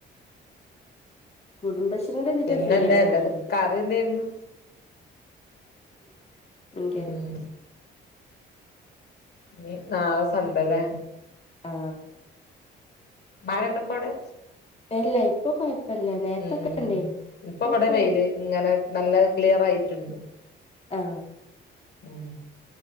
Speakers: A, on the left; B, on the left.
A: കുടുംബശ്രീൻ്റെ ഇതിൽക്ക്
B: പിന്നെന്താ
A: ഫ്രീയാണ്
B: എന്താ
A: തോന്നുന്നു
B: കറി എന്തായിരുന്നു
A: <unintelligible>
B: ഉം
A: <inaudible>
B: ഞി നാളെ സൺഡേ ലേ?
A: ആ
B: മഴണ്ടാ ഇപ്പൊ അടെ?
A: ഇല്ല ഇപ്പൊ കൊഴപ്പില്ല നേരത്തൊക്കെ
B: ഉം
A: ഉണ്ടേനി
B: ഇപ്പൊ
A: ഇപ്പൊകേ
B: ഇവിടെ വെയില് ഇങ്ങനെ നല്ല ക്ലിയർ ആയിറ്റ്ണ്ട്.
A: ആ
B: ഉം